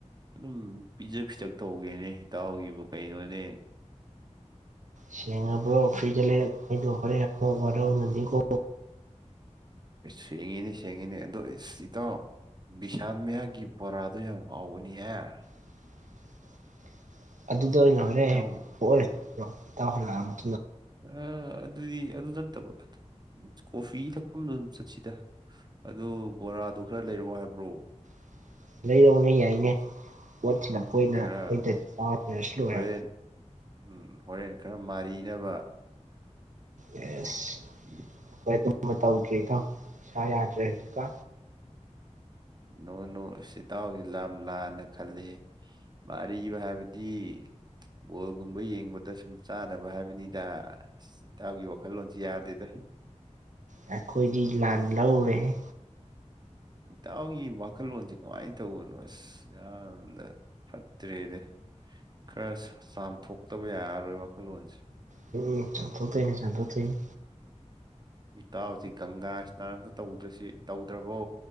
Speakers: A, on the right (about 35°); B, on the right (about 85°).
A: ꯑꯗꯨꯝ ꯄꯤꯖ ꯄꯤꯊꯛ ꯇꯧꯒꯦꯅꯦ ꯏꯇꯥꯎꯒꯤꯕꯨ ꯀꯩꯅꯣꯅꯦ
B: ꯁꯦꯡꯉꯕ꯭ꯔꯣ ꯐꯔꯤꯗ ꯂꯩꯍꯟꯗꯣꯏꯗꯣ ꯍꯔꯦꯟꯃꯨꯛ ꯋꯥꯔꯧꯅꯅꯤꯀꯣ
A: ꯁꯦꯡꯉꯤꯅꯦ ꯁꯦꯡꯉꯤꯅꯦ ꯑꯗꯣ ꯏꯇꯥꯎ ꯕꯤꯁꯥꯜ ꯃꯌꯥꯒꯤ ꯕꯣꯔꯥꯗꯨꯣ ꯌꯥꯝ ꯍꯥꯎꯕꯅꯤꯍꯦ
B: <inaudible> ꯑꯗꯨꯗ ꯑꯣꯏꯅ ꯍꯣꯔꯦꯟ
A: ꯏꯇꯥꯎꯕꯨ
B: ꯊꯣꯛꯎꯔꯁꯦ ꯍꯣꯔꯦꯟ ꯏꯇꯥꯎ ꯍꯜꯂꯛꯑꯒ
A: ꯑ ꯑꯗꯨꯗꯤ ꯑꯗꯨ ꯅꯠꯇꯕ ꯀꯣꯐꯤ ꯊꯛꯐꯝꯗꯣ ꯑꯗꯨꯝ ꯆꯠꯁꯤꯗ ꯑꯗꯨ ꯕꯣꯔꯥ ꯑꯗꯨ ꯈꯔ ꯂꯩꯔꯛꯑꯣ ꯍꯥꯏꯕ꯭ꯔꯣ
B: <inaudible> ꯂꯩꯔꯛꯎꯅꯦ ꯌꯥꯏꯅꯦ ꯄꯣꯠ ꯊꯤꯜꯂꯛꯄ ꯑꯣꯏꯅ
A: ꯈꯔ
B: ꯑꯩꯈꯣꯏꯗ ꯆꯥꯈꯔꯁꯤ ꯂꯣꯏꯔꯦ
A: ꯍꯣꯔꯦꯟ ꯎꯝ ꯍꯣꯔꯦꯟ ꯈꯔ ꯃꯥꯔꯤꯅꯕ
B: ꯌꯦꯁ
A: <inaudible>
B: ꯑꯩꯈꯣꯏ ꯑꯗꯨꯝꯕ ꯇꯧꯗ꯭ꯔꯤꯀꯣ ꯏꯁꯥ ꯌꯥꯗ꯭ꯔꯦ ꯍꯧꯖꯤꯛꯀꯥ
A: ꯅꯣ ꯅꯣ ꯏꯇꯥꯎꯁꯤ ꯌꯥꯝ ꯂꯥꯟꯅ ꯈꯜꯂꯤ ꯃꯥꯔꯤꯕ ꯍꯥꯏꯕꯗꯤ ꯕꯣꯜꯒꯨꯝꯕ ꯌꯦꯡꯕꯗ ꯁꯨꯝ ꯆꯥꯅꯕ ꯍꯥꯏꯕꯅꯤꯗ ꯑ ꯇꯥꯎꯒꯤ ꯋꯥꯈꯜꯂꯣꯟꯁꯤ ꯌꯥꯗꯦꯗ
B: ꯑꯩꯈꯣꯏꯗꯤ ꯂꯥꯟ ꯂꯧꯔꯨꯔꯦꯍꯦ
A: ꯏꯇꯥꯎꯒꯤ ꯋꯥꯈꯜꯂꯣꯟꯁ ꯀꯃꯥꯏꯅ ꯇꯧꯕꯅꯣ ꯑꯁ ꯌꯥꯝꯅ ꯐꯠꯇ꯭ꯔꯦꯗꯤ ꯈꯔ ꯆꯥꯝꯊꯣꯛꯇꯕ ꯌꯥꯔꯔꯣꯏ ꯋꯥꯈꯜꯂꯣꯟꯁꯦ
B: ꯍ ꯆꯥꯝꯊꯣꯛꯇꯩꯅꯤ ꯆꯥꯝꯊꯣꯛꯇꯣꯏꯅꯤ
A: ꯏꯇꯥꯎꯁꯤ ꯒꯪꯒꯥ ꯏꯁꯅꯥꯟ ꯑꯝꯇ ꯇꯧꯗ꯭ꯔꯁꯤ ꯇꯧꯗ꯭ꯔꯕꯣ